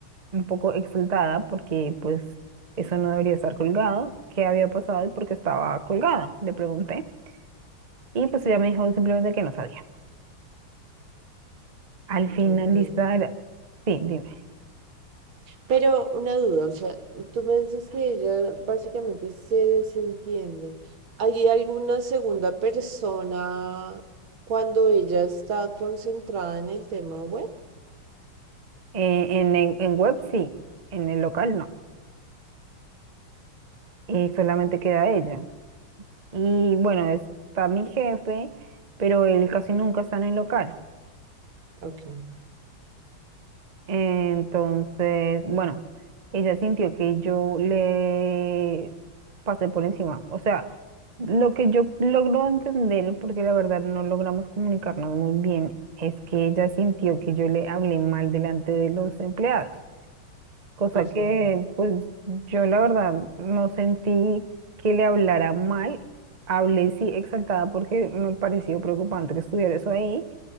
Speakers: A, on the right (about 55°); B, on the right (about 75°).
A: un poco exaltada, porque pues eso no debería estar colgado, qué había pasado y por qué estaba colgada, le pregunté. Y pues ella me dijo simplemente que no sabía. Al finalizar,
B: Ok.
A: sí, dime,
B: Pero una duda, o sea, tú me dices que ella básicamente se desentiende. ¿Hay alguna segunda persona cuando ella está concentrada en el tema web?
A: eh, en, en, en web sí, en el local no, y solamente queda ella. Y bueno, está mi jefe, pero él casi nunca está en el local.
B: Ok.
A: Entonces, bueno, ella sintió que yo le pasé por encima. O sea, lo que yo logro entender, porque la verdad no logramos comunicarnos muy bien, es que ella sintió que yo le hablé mal delante de los empleados, cosa
B: Ujú,
A: que pues yo la verdad no sentí que le hablara mal. Hablé sí exaltada porque me pareció preocupante que estuviera eso ahí.